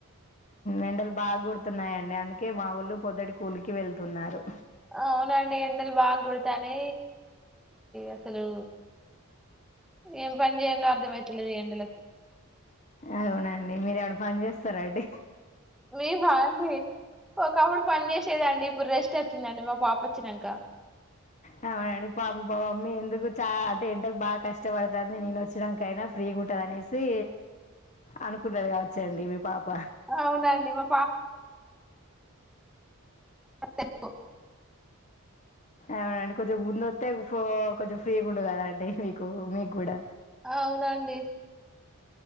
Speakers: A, on the left (about 30°); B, in the centre.
A: ఎండలు బాగా గొడుతున్నాయండి అందుకే మా వోళ్ళు పొద్దుటి కూలికి వెళ్తున్నారు
B: అవునండి ఎండలు బాగా గొడతానే అసలు ఏం పన్జయల్లో అర్ధమయితలేదు ఎండలకు
A: అవునండి మీర ఏమనా పని చేస్తారాండి
B: మేమండి ఒకప్పుడు పని జేసేదాండి ఇప్పుడు రెస్ట్ ట్ వచ్చిందండి మా పాప వచ్చినాంక
A: అ అవునండి పాప బ మా మమ్మి ఎందుకు చాలా అంటే ఎండకు బాగా కష్టపడుతుంది నేను వచ్చానికైనా ఫ్రీగా ఉంట నేసి అనుకుంటది గావచ్చు టండి మీ పాప
B: అవునండి మా ఇపు
A: అవునండి కొంచెం ముందొత్తే కొంచెం ఫ్రీగుండు గదాండి మీకు మీక్కూడా
B: అవునండి